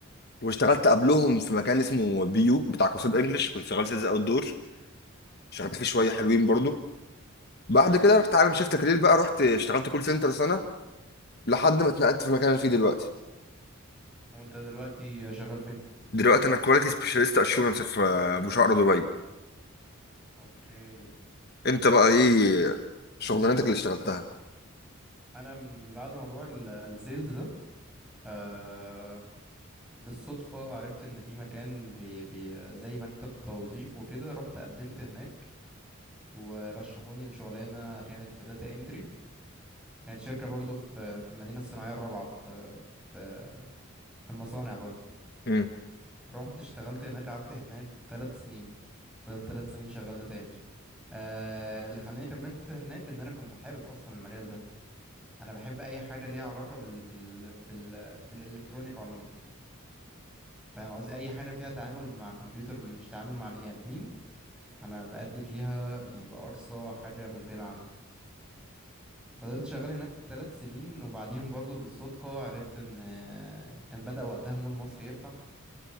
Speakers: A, on the left; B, in the centre.
A: واشتغلت قبلهم في مكان اسمه بيو بتاع كورسات انجلش كنت شغال سيلز اوت دور اشتغلت فيه شويه حلوين برضو بعد كده رحت عامل شيفت كارير بقى رحت اشتغلت كول سنتر سنه لحد ما اتنقلت في المكان اللي فيه دلوقتي
B: وانت دلوقتي شغال فين
A: دلوقتي انا كواليتي سبيشاليست اشورنس في آه، بوشقرة دبي
B: اوكي
A: انت بقى ايه شغلانتك اللي اشتغلتها
B: انا من بعد موضوع ال- السيلز ده آه بالصدفة عرفت ان في مكان بي بي زي مكتب توظيف وكده رحت قدمت هناك ورشحوني لشغلانة كانت داتا انتري كانت شركة برضو في في المدينة الصناعية الرابعة في في في المصانع برضو
A: امم
B: رحت اشتغلت هناك قعدت هناك ثلاث سنين فضلت ثلاث سنين شغال داتا انتري آه اللي خلاني كملت هناك ان انا كنت حابب اصلا المجال ده انا بحب اي حاجة ليها علاقة بال بال بال بالالكترونيك عموما فاهم قصدي اي حاجه فيها تعامل مع كمبيوتر مش تعامل مع بني ادمين انا بأدي فيها يعني بأقصى حاجه ممكنه عندي فضلت شغال هناك ثلاث سنين وبعديهم برضو بالصدفه عرفت ان آه، كان بدأ وقتها مول مصر يفتح